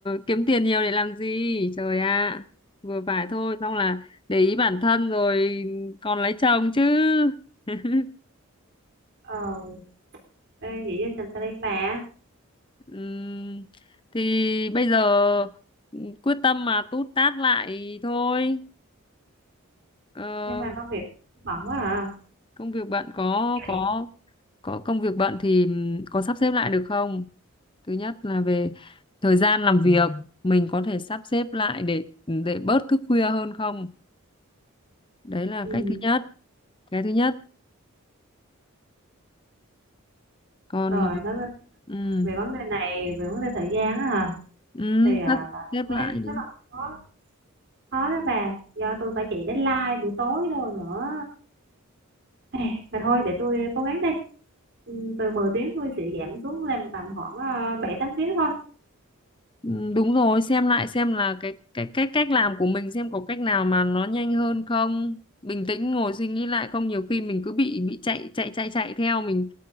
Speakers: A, on the left; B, on the right.
A: kiếm tiền nhiều để làm gì? Trời ạ, vừa phải thôi, xong là để ý bản thân rồi còn lấy chồng chứ. <laughs>
B: Ờ, ê, vậy cho chành xe lên bà.
A: Ừm, thì bây giờ ừ, quyết tâm mà tút tát lại thôi. Ờ,
B: Nhưng mà công việc bận quá à.
A: công việc bạn có có
B: vậy.
A: có công việc bận thì ừm, có sắp xếp lại được không? Thứ nhất là về thời gian làm việc mình có thể sắp xếp lại để để bớt thức khuya hơn không? Đấy là
B: Ừ.
A: cách thứ nhất, cái thứ nhất. Còn
B: Rồi, nói về,
A: ừm,
B: về vấn đề này, về vấn đề thời gian á hả?
A: ừm,
B: Thì à,
A: sắp xếp
B: tôi
A: lại
B: thấy
A: đi.
B: rất là khó, khó đó bà. Do tôi phải chạy deadline buổi tối rồi nữa. Ê, mà thôi, để tôi cố gắng đi. Ừ, Từ 10 tiếng tôi sẽ giảm xuống làm tầm khoảng uh, bảy tám tiếng thôi.
A: Ừ, đúng rồi xem lại xem là cái cái cách cách làm của mình xem có cách nào mà nó nhanh hơn không bình tĩnh ngồi suy nghĩ lại không nhiều khi mình cứ bị bị chạy chạy chạy chạy theo mình